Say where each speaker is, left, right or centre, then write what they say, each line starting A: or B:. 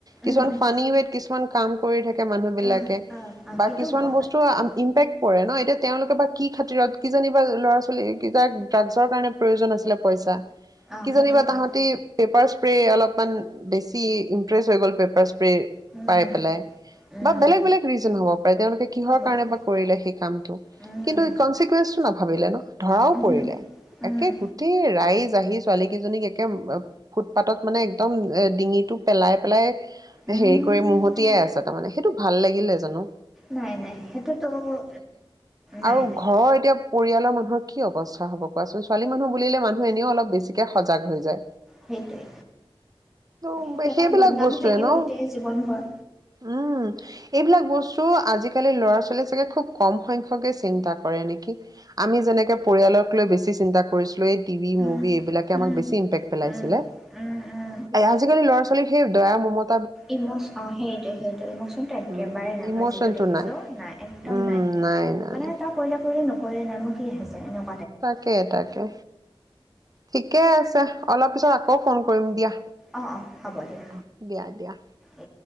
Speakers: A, in the centre; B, on the right.
A: উম,
B: কিছমান
A: উম,
B: ফানী হে কিছুমান। কিছুমান কাম কৰি থাকে মানুহ বিলাকে।
A: অ', অ', অ',
B: বা
A: সেইটোও
B: কিছুমান
A: হ'ব পাৰে।
B: বস্তু
A: উম,
B: ইম্পেক্ট পৰে ন। তেওঁলোকে বা কি। খাতিৰত কিজানিবা ল'ৰা ছোৱালীাক ড্ৰাগছৰ কাৰণে প্ৰয়োজন আছিলে পইচা।
A: অ',
B: কি
A: সেইটো
B: জানিবা
A: হয়।
B: তাহতি পেপাৰ। অলপমান বেছি ইম্প্ৰেছ হৈ গ'ল পেপাৰ। পাগ
A: উম,
B: পেলাই
A: উম,
B: বা বেলেগ বেলেগ ৰিজন হব পাৰে, তেওঁলোকে কিহৰ
A: হ'ব
B: কাৰণে
A: পাৰে।
B: বা কৰিলে সেই কামটো
A: উম,
B: কিন্তু ন ধৰাও
A: উহু,
B: পৰিলে,
A: উম,
B: ‌ একে গোটেই ৰাই য আহি ছোৱালী কেইজনীক একে ফুটপাঠত মানে একদম ডিঙিটো পেলাই, পেলাই
A: উম।
B: হেৰি কৰি মহতিয়াই আছে, তাৰমানে সেইটো ভাল লাগিলে জানোঁ?
A: নাই নাই সেইটোতো মোৰ নাই
B: আৰু
A: নাই।
B: ঘৰৰ এতিয়া পৰিয়ালৰ মানুহৰ কি অৱস্থা হ'ব কোৱাচোন, ছোৱালী মানুহ বুলিলে মানুহ এনেও অলপ বেছিকে সজাগ হৈ যায়।
A: সেইটোৱে,
B: ত'
A: সেইটো এটা
B: সেইবিলাক
A: বদনাম
B: বস্তুৱে
A: থাকিল
B: ন
A: গোটেই জীৱনভৰ।
B: উম, এইবিলাক বস্তু আজিকালি ল'ৰা ছোৱালী চাগে খুব কম সংখ্যকে চিন্তা কৰে। কৰে নেকি? আমি যেনেকে পৰিয়ালকলৈ বেছি চিন্তা কৰিছিলোঁ, এই টি ভি
A: উম,
B: মুভি এইবিলাকে
A: উম,
B: আমাক বেছি ইম্পেক্ট কৰিছিলে।
A: উম, উম, উম।
B: আজিকালি ল'ৰা‌ ছোৱালী খিনি তেনেকুৱা
A: ইমচন অ সেইটো, সেইটোয়ে ইমচনটো একেবাৰেেই
B: উম,
A: নাই,
B: ইমচনটো
A: মই যিটো দেখিছোঁ।
B: নাই।
A: মই একদম
B: উম,
A: নাই,
B: নাই
A: মানে, তই পৰিয়াল‌ বুলিলে <unintelligible>
B: তাকে তাকে ঠিকে আছে। অলপ পিছত আকৌ ফোন কৰিম দিয়া।
A: অ' অ' হ'ব দিয়া
B: অ, দিয়া দিয়া।
A: অ।